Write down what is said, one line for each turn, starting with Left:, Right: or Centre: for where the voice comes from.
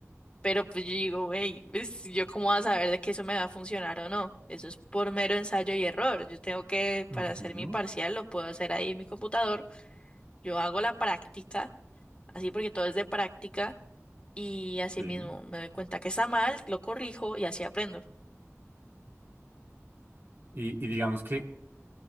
Left: Pero pues yo digo, hey, ¿yo cómo voy a saber de que eso me va a funcionar o no? Eso es por mero ensayo y error. Yo tengo que,
Right: ujú,
Left: para hacer mi parcial, lo puedo hacer ahí en mi computador. Yo hago la práctica, así porque todo es de práctica y así
Right: Sí.
Left: mismo me doy cuenta que está mal, lo corrijo y así aprendo.
Right: Y, y digamos que